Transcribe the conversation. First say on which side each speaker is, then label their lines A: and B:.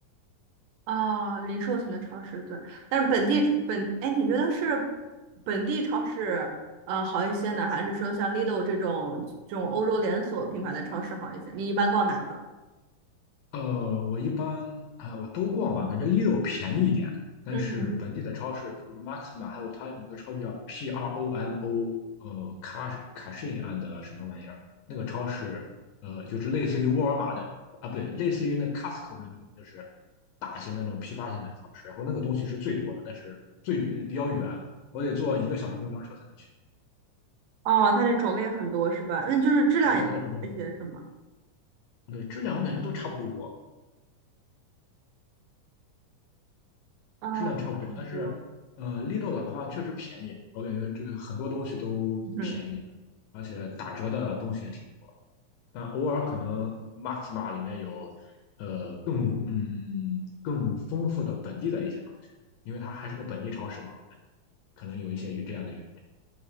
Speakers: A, on the right; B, on the left.
A: 啊，零售型的超市，对，但是本地本，哎，你觉得是本地超市呃好一些呢，还是说像 Lidl 这种这种欧洲连锁品牌的超市好一些？你一般逛哪个？
B: 呃，我一般啊、我都逛吧，感觉 Lidl 便宜一点，但是本地的超市，
A: 嗯，
B: 比如 Maxima，还有它有个超市叫 PROMO，呃，卡卡什 i and 什么玩意儿，那个超市，呃，就是类似于沃尔玛那种啊，不对，类似于那 Costco 那种，就是大型那种批发型的超市，然后那个东西是最多的，但是最比较远，我得坐一个小时公交车才能去，
A: 哦，它的种类很多是吧？那就是质量也会好一些是吗？
B: 对它的整个对质量我感觉都差不多，
A: 啊，
B: 质量差不多，
A: 很多，
B: 但是呃，Lidl 的话确实便宜，我感觉这个很多东西都便宜，
A: 嗯，
B: 而且打折的东西也挺多。但偶尔可能 Maxima 里面有呃更嗯更丰富的本地的一些东西，因为它还是个本地超市嘛，我感觉可能有一些与这样的原因。